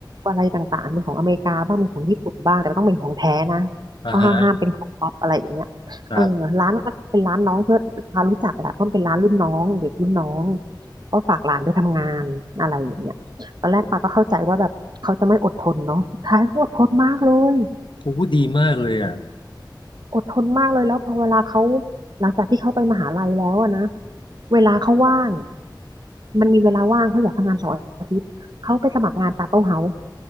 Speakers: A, on the right (about 60°); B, on the left (about 90°).
A: อะไรต่างๆเป็นของอเมริกาบ้างเป็นของญี่ปุ่นบ้างแต่ต้องเป็นของแท้นะ
B: อ่าฮะ
A: ก็ห้ามห้ามเป็นของป๊อปอะไรอย่างเงี้ยเออร้านก็เป็นร้านน้องเพื่อนพารู้จักแหละเพราะมันเป็นร้านรุ่นน้องเด็กรุ่นน้อง
B: ครับ
A: ก็ฝากหลานไปทำงานอะไรอย่างเงี้ยตอนแรกปาก็เข้าใจว่าแบบเขาจะไม่อดทนเนาะสุดท้ายเขาอดทนมากเลย
B: โอ้โหดีมากเลยอ่ะ
A: อดทนมากเลยแล้วพอเวลาเขาหลังจากที่เขาไปมหาลัยแล้วอะนะเวลาเขาว่างมันมีเวลาว่างเขาอยากทำงานเสาร์อาทิตย์เขาไปสมัครงานกาโต้เฮาส์